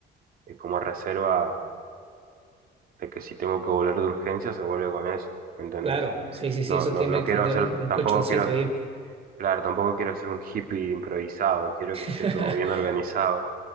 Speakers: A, on the right (about 55°); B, on the right (about 35°).
A: eh, como reserva de que si tengo que volver de urgencia se vuelve con eso, ¿me entendés?
B: Claro. Sí, sí, sí,
A: No,
B: eso
A: no,
B: tiene
A: no quiero
B: que tener
A: hacer,
B: un, un
A: tampoco
B: colchoncito
A: quiero,
B: ahí.
A: claro, tampoco quiero hacer un hippie improvisado, quiero
B: <laughs>
A: que esté todo bien organizado,